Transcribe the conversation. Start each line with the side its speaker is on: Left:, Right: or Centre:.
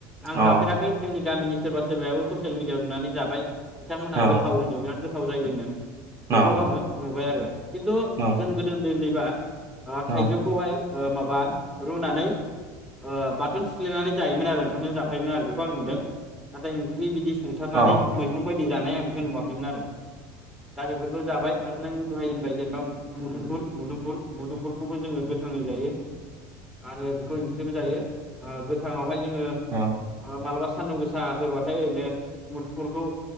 Centre: आं
Right: औ
Centre: जाफेराखै जोंनि गामिनि सोरबा सोरबायाबो ससियेल मि दियाव नुनानै जाबाय बिथांमोनहा
Right: औ
Centre: गोथाव होनो बिराद गोथाव जायो होनदों बेखौ
Right: औ
Centre: आङो नुबाय आरो खिन्थु
Right: औ
Centre: जों गोदो उनदै उनदैबा ओ थाइजौखौहाय
Right: औ
Centre: ओ माबा रुनानै ओ बाथोन सिफ्लेनानै जायोमोन आरो ओंखामजों जाफायोमोन आरो बेखौ आं नुदों नाथाय ओंख्रि बिदि सोंथारनानै
Right: औ
Centre: मैगं बाय दि जानाय आं बेखौ नुवाखैमोन आरो दा बेफोरखौ जाबाय आरो नों लहार होनबाय जेनेबा मुदुमफुल मुदुमफुल मुदुमफुल खौबो जोङो गोथाङै जायो आरो बेखौ ओंख्रिबो जायो ओ गोथाङावहाय जोङो
Right: अ
Centre: मालाबा सानदुं गोसा फोरबाथाय ओरैनो मुदफुलखौ